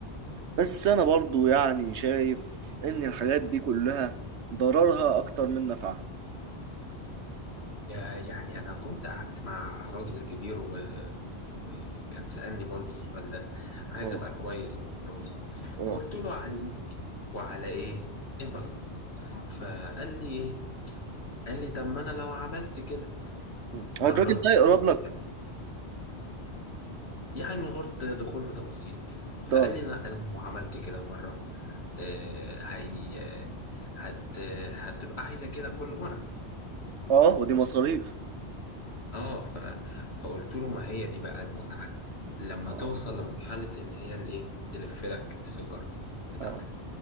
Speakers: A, on the right; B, on the left.
A: بس أنا برضو يعني شايف إن الحاجات دي كلها ضررها أكتر من نفعها
B: يا- يعني أنا كنت قعدت مع راجل كبير و... وكان سألني برضو السؤال ده عايز
A: اه
B: أبقى كويس مراتي
A: اه
B: فقلت له علي وعلى إيه البنجو فقال لي إيه قال لي طب ما أنا لو عملت كده
A: مم.
B: مرة
A: الراجل ده يقرب
B: مرتين
A: لك
B: يعني من غير دخول في تفاصيل
A: طب
B: فقال لي لا أنا لو عملت كده مرة آه، هي هت... هتبقى عايزة كده كل مرة
A: اه ودي مصاريف
B: اه ف... فقلت له ما هي دي بقى المتعة لما
A: اه
B: توصل لمرحلة ان هي اللي ايه تلف لك السيجارة بتاعتك
A: اه